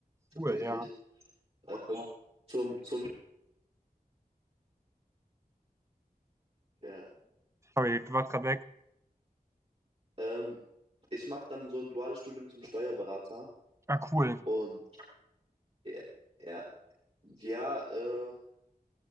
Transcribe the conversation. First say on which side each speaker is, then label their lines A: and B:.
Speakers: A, on the right; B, on the right.
A: tatsächlich.
B: Cool, ja.
A: Ähm, zum, zum, ja,
B: Sorry, du warst gerade weg.
A: ähm, ich mache dann so ein duales Studium zum Steuerberater.
B: Ah, cool.
A: Und ja, ja, ja, äh,